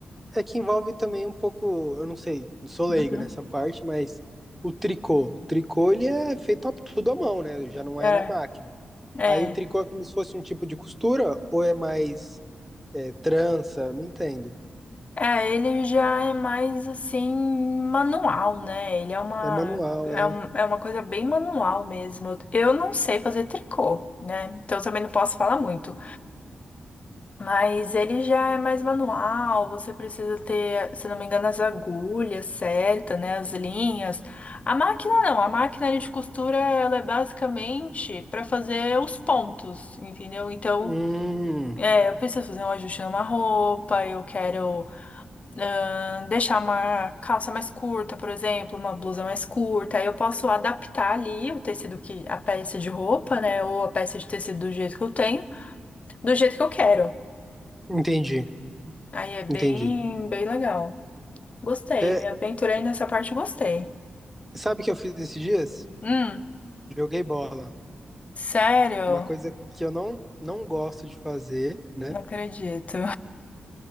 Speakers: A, in the centre; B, on the left.
A: é que envolve também um pouco, eu não sei, não sou leigo
B: Uhum.
A: nessa parte, mas o tricô. O tricô ele é feito a- tudo à mão, né? Já não
B: É,
A: é na máquina.
B: é.
A: Aí o tricô é como se fosse um tipo de costura ou é mais é, trança? Não entendo.
B: É, ele já é mais assim, manual, né? Ele é uma,
A: É manual,
B: é
A: é.
B: um- é uma coisa bem manual mesmo. Eu não sei fazer tricô, né? Então eu também não posso falar muito. Mas ele já é mais manual, você precisa ter, se não me engano, as agulhas certas, né? As linhas. A máquina não, a máquina ali de costura, ela é basicamente para fazer os pontos, entendeu? Então,
A: Hum,
B: é, eu preciso fazer um ajuste numa roupa, eu quero ahn, deixar uma calça mais curta, por exemplo, uma blusa mais curta. Aí eu posso adaptar ali o tecido que, a peça de roupa, né? Ou a peça de tecido do jeito que eu tenho, do jeito que eu quero.
A: entendi,
B: Aí é bem,
A: entendi.
B: bem legal. Gostei,
A: É,
B: me aventurei nessa parte, e gostei.
A: sabe o que eu fiz esses dias?
B: Hum,
A: Joguei bola.
B: sério?
A: Uma coisa que eu não, não gosto de fazer, né?
B: Não acredito.